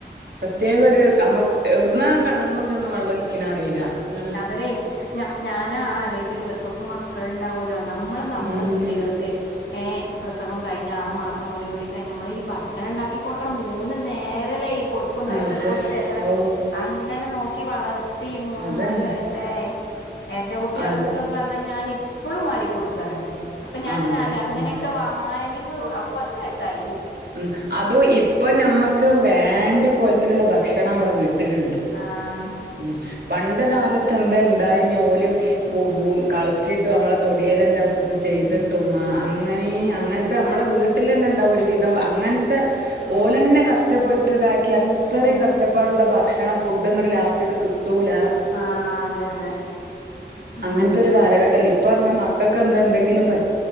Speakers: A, on the right; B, on the left.
A: പ്രത്യേക
B: ഉം
A: ഒര് നമ്മക്ക് എവിടുന്നാ കണ്ണുന്നുള്ളീന്ന് വെള്ളം ഒലിക്കിനെന്നറിയില്ല. ഇങ്ങനെ
B: ഉം ഞ്ഞം ഞാന് ആലോയ്ക്കില് ഇവർക്കൊക്കെ മക് മക്കളുണ്ടാവുല്ലോ നമ്മള് നമ്മടെ
A: ഉം
B: കുട്ടികൾക്ക് ഏഹ് പ്രസവം കഴിഞ്ഞ് ആറ് മാസം മുലയൂട്ടി കഴിഞ്ഞ് നമ്മള് ഈ ഭക്ഷണം ഇണ്ടാക്കി കൊടുക്കണ മൂന്ന് നേരല്ലേ ഈ കുറു ക്കുണ്ടാക്കി
A: അതെ
B: കൊട്ത്ത് എത്ര
A: ഔ
B: അങ്ങനെ നോക്കി വളർത്തി മൂന്ന്
A: അതന്നെ
B: നാല് വയസ്സായ എന്റെ കുട്ടികള്ന്നൊക്കെ
A: അത്
B: പറഞ്ഞാ ഞാനിപ്പഴും വാരി കൊടുക്കാണ്. അപ്പ ഞാനിങ്ങനെ
A: ആ അതെ
B: ആലോയി അങ്ങനെക്കെ
A: ഉം
B: വാരി ഇപ്പ പത്ത് വയസായി.
A: ഉം അതു ഇപ്പ നമ്മക്ക് വേണ്ട കോലത്തിലുള്ള ഭക്ഷണം നമ്മടെ വീട്ടി ല്ണ്ട്.
B: ആഹ്
A: ഉം
B: അതെ
A: പണ്ട് കാല ത്തെന്താണ്ടായിഞ്ഞെ? ഓല് പോ
B: ഉം
A: പൂ കളിച്ചിട്ട് നമ്മളെ തൊടിയൽന്നെ ചെയ്തിട്ടും
B: ഉം
A: അങ്ങനേ അങ്ങനത്തെ നമ്മളെ വീട്ടില് തന്നെണ്ടാവും ഒരു വിധം അങ്ങന
B: ഉം
A: ഓലന്നെ കഷ്ടപ്പെട്ടിതാക്കി
B: ഉം
A: അ ഇത്രേം കഷ്ടപ്പാടുള്ള
B: ഉം
A: ഭക്ഷണം ഫുഡങ്ങട് ലാസ്റ്റക്കെ കിട്ടു ട്ടൂല്ല.
B: ആഹ് അതെ അതെ ഉം
A: അങ്ങനത്തെ ഒരു കാലഘട്ടല്ലേ ഇപ്പ പറഞ്ഞാ മക്ക ക്കെന്താ എന്തെങ്കിലും പ